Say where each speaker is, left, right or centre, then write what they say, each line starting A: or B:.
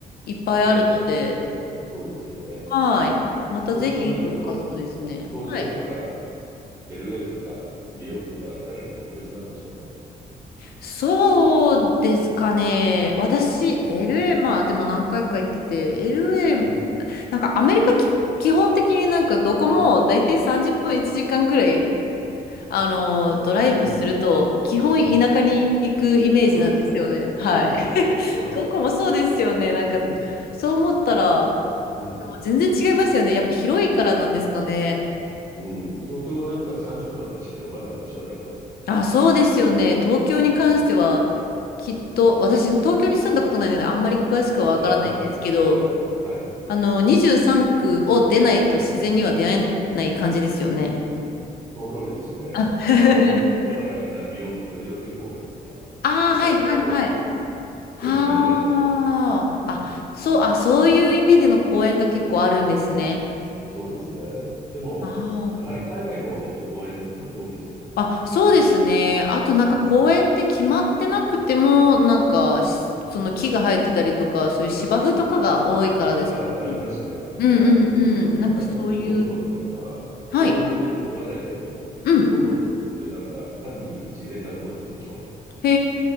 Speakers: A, on the left (about 70°); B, on the right (about 20°).
A: いっぱいあるので、
B: ね、そうですよね。
A: はい。またぜひ、
B: そう考えると、
A: どっかそうですね。
B: 東京とか
A: はい。
B: LA とかニューヨークとかかなり特別なんでしょうね。
A: そうですかね。私、LA、
B: うん、
A: まあでも何回か行ってて、LA、
B: うん、
A: なんかアメリカき基本的になんかどこも大体30分1時間ぐらい、
B: うん、
A: あの、ドライブすると、
B: うん、
A: 基本田舎に行くイメージなんですよね。
B: うん、うん。そうですね。
A: はい。
B: そうですね。
A: <laughs>
B: そうなんですよね。
A: どこもそうですよね。なんか、
B: うん、
A: そう思ったら、
B: うん。
A: でも全然違いますよね。やっぱ広いからなんですかね。
B: そうですね。うん。東京なんか30分走ってもまだ街の中ですからね。
A: あ、そうですよね。東京に関しては、
B: うん。
A: きっと、私、東京に住んだことないので、あんまり詳しくはわからないんですけど、
B: ああ、はいはい、はい。
A: あの、23区を出ないと自然には出会えない感じですよね。
B: うん。その通りですね。
A: あ、<laughs>
B: まあ、あの、だからみんな、代々木、代々木公園とか、
A: あー、
B: 世田谷公園とか、
A: はいはいはい。はあ。
B: 公園に行きますけど、うん。
A: あ、そう、あ、そういう意味での公園が結構あるんですね。
B: そうですね。でも、
A: あ
B: やはり海外の方はもっと公園の数多いですよ、
A: あ。あ、そうですね。
B: やっぱり。
A: あとなんか公園って決まってなくても、
B: うん。
A: なんかし、
B: うん。
A: その木が生えてたりとか、そういう芝生とかが多いからですかね。
B: まあ、ありますね。
A: うんうんうん。
B: はい。
A: なんかそういう。
B: 今住んでるロンドンなんかは、
A: はい。
B: 公園って言わないけど、
A: うん。
B: コモンズって言って、なんか単に自然が残ってる場所、
A: へ